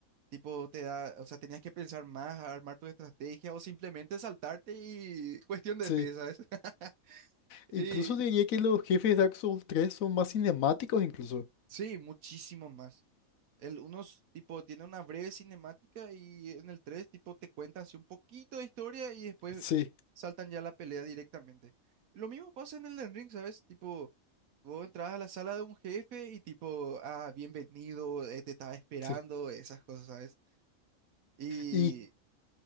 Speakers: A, on the right (about 80°); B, on the left (about 75°).
A: Tipo te da, o sea, tenías que pensar más, armar tu estrategia o simplemente saltarte y <laughs> cuestión de
B: Sí,
A: fe sabes <laughs>
B: incluso
A: Y
B: diría que los jefes de Dark Souls tres son más cinemáticos incluso.
A: sí, muchísimo más. El 1 tipo tiene una breve cinemática y en el 3 tipo te cuenta así un poquito de historia y después
B: Sí,
A: saltan ya a la pelea directamente. Lo mismo pasa en el Elden Ring, ¿sabes? Tipo, vos entras a la sala de un jefe y tipo, ah, bienvenido, eh, te estaba esperando,
B: sí.
A: esas cosas, ¿sabes? Y
B: ¿Y